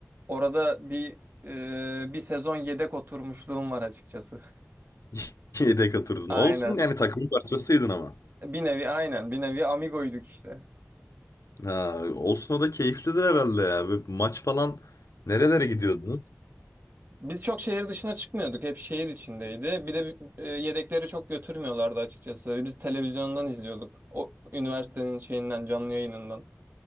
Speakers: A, on the right; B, on the left.
A: Orada bir e, bir sezon yedek oturmuşluğum var açıkçası. <laughs>
B: <laughs> Yedek atırdın.
A: Aynen.
B: Olsun yani takımın parçasıydın ama.
A: Bir nevi aynen bir nevi amigoyduk işte.
B: Ha, olsun o da keyiflidir herhalde ya. Böyle maç falan nerelere gidiyordunuz?
A: Biz çok şehir dışına çıkmıyorduk. Hep şehir içindeydi. Bir de e, yedekleri çok götürmüyorlardı açıkçası. Biz televizyondan izliyorduk. O üniversitenin şeyinden, canlı yayınından.